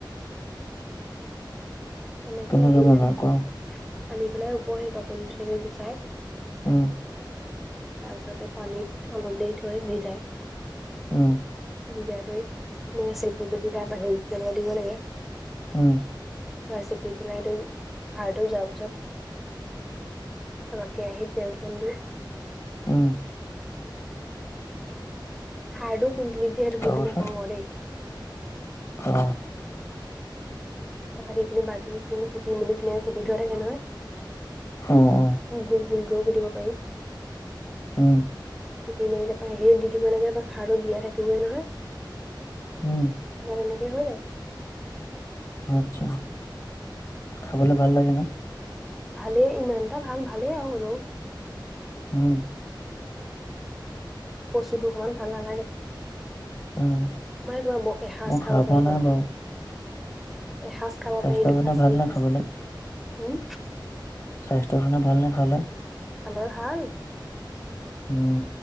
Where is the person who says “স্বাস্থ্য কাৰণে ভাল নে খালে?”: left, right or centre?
Left